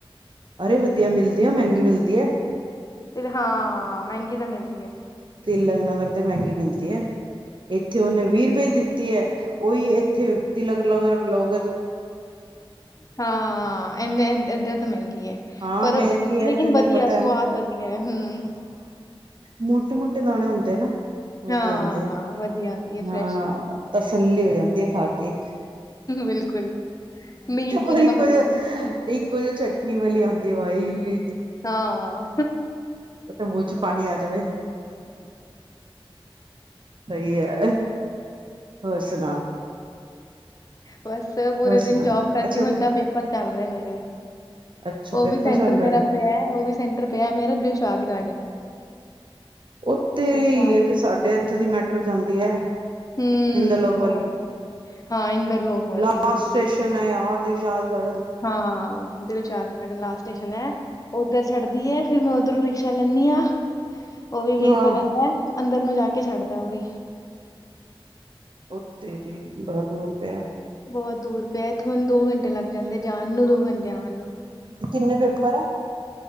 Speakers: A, on the right (about 60°); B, on the left (about 40°).
A: ਅਰੇ ਵਧੀਆ ਮਿਲਦੇ ਆ, ਮਹਿੰਗੀ ਮਿਲਦੀ ਐ।
B: ਫਿਰ, ਹਾਂ, ਮਹਿੰਗੀ ਤਾ ਮਿਲਦੀ ਐ।
A: ਤਿਲਕ ਨਗਰ ਤੇ ਮਹਿੰਗੀ ਮਿਲਦੀ ਏ। ਇੱਥੇ ਉਹਨੇ ਵੀਹ ਰੁਪਏ ਦਿੱਤੀ ਏ, ਉਹੀ ਇੱਥੇ ਤਿਲਕ ਲਗਰ ਲੋਗ
B: ਹਾਂ, ਇੰਨੇ, ਏਧਰ ਤਾਂ ਮਹਿੰਗੀ ਏ।
A: ਹਾਂ
B: ਪਰ,
A: ਮਹਿੰਗੀ ਹੈ
B: ਲੇਕਿਨ
A: ਇੱਥੇ ਮੈਨੂੰ
B: ਵਧੀਆ,
A: ਪਤਾ ਹੈ
B: ਸਵਾਦ
A: ਨਾ
B: ਵਧੀਆ ਏ, ਹੂੰ।
A: ਮ੍ਹੋਟੇ-ਮ੍ਹੋਟੇ ਦਾਣੇ ਹੁੰਦੇ ਆ ਨਾ, ਵਧੀਆ
B: ਹਾਂ
A: ਹੁੰਦੇ ਆ,
B: ਵਧੀਆ ਆਉਂਦੀ ਹੈ
A: ਹਾਂ।
B: ਫਰੈਸ਼
A: ਤਸੱਲੀ ਹੋ ਜਾਂਦੀ ਏ, ਖਾਕੇ।
B: ਬਿਲਕੁਲ। ਮੀਲ ਪੂਰੀ
A: ਔਰ ਇੱਕੋ
B: ਕੰਪਲੀਟ,
A: ਜਿ ਇੱਕੋ ਜਿ ਚਟਨੀ ਵਾਲੀ ਆਉਂਦੀ ਬਾਈ
B: ਹਾਂ।
A: ਇਥੇ ਮੂੰਹ'ਚ ਪਾਣੀ ਆ ਜਵੇ। ਸਹੀ ਐ, ਹੋਰ ਸੁਣਾ?
B: ਬਸ ਤੇ ਪੂਰੇ
A: ਹੋਰ ਸੁਣਾ
B: ਦਿਨ ਜੋਬ ਕਰਕੇ
A: ਅੱਛਾ
B: ਹੁਣ ਤਾਂ ਪੇਪਰ ਚੱਲ ਰਹੇ ਮੇਰੇ,
A: ਅੱਛਾ
B: ਉਹ
A: ਪੇਪਰ
B: ਵੀ ਸੈਂਟਰ
A: ਚੱਲ ਰਿਹਾ
B: ਮੇਰਾ ਪਿਆ, ਉਹ ਵੀ ਸੈਂਟਰ ਪਿਆ, ਮੇਰਾ ਦਿਲਸ਼ਾਦ ਗਾਰਡਨ।
A: ਓ ਤੇਰੀ,
B: ਦਿਲਸ਼ਾਦ
A: ਇਹ ਤੇ ਸਾਡੇ ਇੱਥੋਂ ਦੀ ਮੈਟਰੋ ਜਾਂਦੀ ਐ।
B: ਹੂੰ
A: ਹਿੰਦ ਲੋਕ ਵਾਲੀ,
B: ਉਹ ਹਾਂ ਇੰਦਰਲੋਕ ਵਾਲੀ
A: ਲਾਸ
B: ਸਿੱਧੀ
A: ਸਟੇਸ਼ਨ ਯਾਰ ਦੀਸ਼ਾਦ ਕ
B: ਹਾਂ, ਦਿਲਸ਼ਾਦ ਖਡਨ ਲਾਸਟ ਸਟੇਸ਼ਨ ਐ। ਉੱਧਰ ਛੱਡਦੀ ਏ, ਫੇਰ ਮੈਂ ਉੱਧਰੋਂ ਰਿਕਸ਼ਾ ਲੈਂਨੀ ਆ, ਉਹ ਵੀ ਵੀਹ
A: ਹਾਂ
B: ਰੁਪਏ ਲੈਂਦਾ। ਅੰਦਰ ਨੂੰ ਜਾਕੇ ਛੱਡਦਾ ਉਹ ਵੀ।
A: ਉੱਥੇ ਜੀ, ਬੜਾ ਦੂਰ ਪਿਆ।
B: ਬਹੁਤ ਦੂਰ ਪਿਆ, ਇੱਥੇ ਮੈਨੂੰ ਦੋ ਘੰਟੇ ਲੱਗ ਜਾਂਦੇ ਜਾਣ ਨੂੰ, ਦੋ ਘੰਟੇ ਆਣ ਨੂੰ।
A: ਕਿੰਨੇ ਪੇਪਰ ਐ?